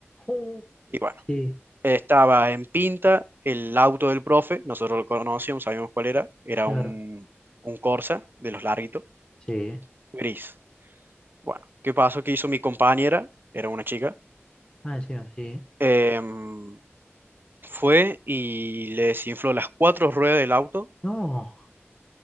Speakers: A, on the left; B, on the right.
A: Uh,
B: Y bueno,
A: Sí,
B: estaba en pinta el auto del profe, nosotros lo conocíamos, sabíamos cuál era, era
A: claro,
B: un, un Corsa de los larguitos,
A: sí.
B: gris. Bueno, ¿qué pasó? ¿Qué hizo mi compañera? Era una chica.
A: Ah, encima, sí.
B: em, fue y le desinfló las cuatro ruedas del auto
A: No.